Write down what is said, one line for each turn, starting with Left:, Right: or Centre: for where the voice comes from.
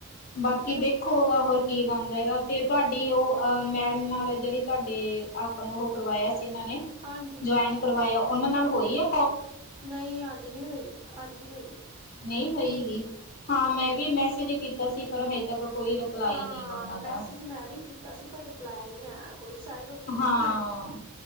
Left: ਬਾਕੀ
Right: ਚਲੋ
Left: ਦੇਖੋਗਾ, ਹੋਰ ਕੀ ਬਣਦਾ ਹੈਗਾ ਤੇ, ਤੁਹਾਡੀ ਉਹ ਆਹ ਮੈਡਮ ਨਾਲ ਜਿਹੜੀ ਤੁਹਾਡੇ ਆਪਾਂ ਨੂੰ ਉਹ ਕਰਵਾਇਆ ਸੀ। ਜਿਨਾਂ ਨੇ
Right: ਹਾਂਜੀ
Left: ਜੁਆਇਨ ਕਰਵਾਇਆਂ। ਉਹਨਾਂ ਨਾਲ ਹੋਈ ਐ?
Right: ਨਹੀਂ ਅੱਜ ਨਹੀ ਹੋਈ, ਅੱਜ ਨੀ ਹੋਈ।
Left: ਨਹੀਂ ਹੋਈਗੀ? ਹਾਂ,
Right: ਨਹੀਂ
Left: ਮੈਂ ਵੀ ਮੈਸੇਜ ਕੀਤਾ ਕੀਤਾ ਸੀ, ਪਰ ਹੇਲੈ ਤੱਕ ਕੋਈ ਰਿਪਲਾਈ
Right: ਹਾਂ,
Left: ਨਹੀਂ ਗਾ ਉਹਨਾਂ
Right: ਮੈਸੇਜ
Left: ਦਾ
Right: ਮੈਂ ਵੀ ਕੀਤਾ ਸੀ, ਪਰ ਰਿਪਲਾਈ ਨਹੀਂ ਆਇਆ। ਕੋਈ ਸ਼ਾਇਦ, ਉਹ ਬਿਜ਼ੀ
Left: ਹਾਂ
Right: ਹੋਣ